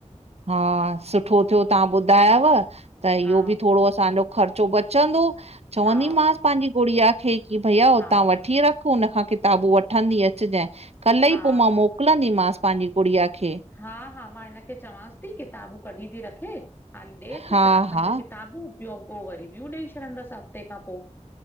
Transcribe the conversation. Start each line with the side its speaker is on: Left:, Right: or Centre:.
Right: हा, सुठो थियो तव्हां ॿुधायव त इहो
Left: हा
Right: बि थोड़ो असांजो ख़र्चो बचंदो। चवंदी
Left: हा
Right: मांस पंहिंजी गुॾिया खें की भैया हुतां
Left: हा
Right: वठी रख। हुन खां किताबू वठंदी अच जांइ कल्ह
Left: हा
Right: ई पोइ मां मोकिलंदी मांस पंहिंजी गुॾिया खे।
Left: हा-हा, मां हिनखे चवांस थी किताबूं कढी थी रखे हाली ॾेसि
Right: हा
Left: चारि-पंज
Right: हा
Left: किताबूं ब्यो पोइ वरी ॿियो ॾेई छॾंदसि हफ़्ते खां पोइ।